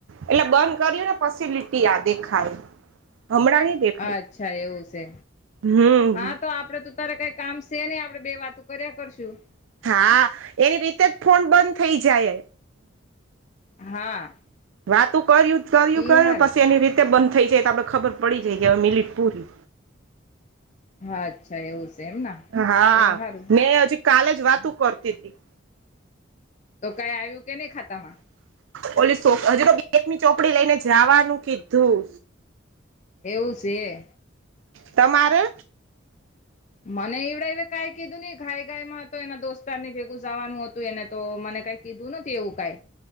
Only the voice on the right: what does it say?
એટલે બંધ કર્યું ને પસિ લિટી આ દેખાય હમણાં દેખાય
હમ
હા એની રીતે જ ફોન બંધ થઈ જાય
વાતું કર્યું કર
કર્યું
પછી એની રીતે બંધ થઇ જાય તો આપડે ખબર પડી જાય કે હવે મિલીટ પૂરી
હા
મે હજી કાલે જ વાતો કરતી હતી
ઓલી હજી તો બેકની ચોપડી લઈને જવાનું કીધું
તમારે